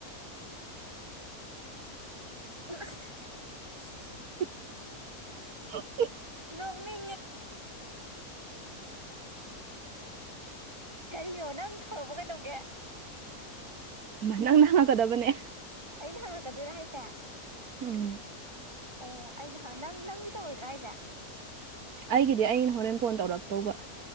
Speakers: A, on the right; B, on the right.
A: <unintelligible>
B: <unintelligible>
A: ꯅꯣꯡꯃꯤ ꯀꯔꯤꯅꯣ ꯅꯪ ꯍꯧꯔꯛꯄ ꯀꯩꯗꯧꯒꯦ
B: ꯅꯪꯅ ꯍꯪꯀꯗꯕꯅꯦ
A: ꯑꯩꯅ ꯍꯪꯉꯛꯀꯗꯣꯏꯔꯥ ꯍꯥꯏꯁꯦ
B: ꯎꯝ
A: ꯑꯣ ꯑꯩꯅ ꯍꯪ ꯅꯪ ꯅꯪꯗꯤ ꯇꯧꯔꯣꯏꯗ꯭ꯔꯥ ꯍꯥꯏꯁꯦ
B: ꯑꯩꯒꯤꯗꯤ ꯑꯩꯅ ꯍꯣꯔꯦꯟ ꯐꯣꯟ ꯇꯧꯔꯛꯇꯧꯕ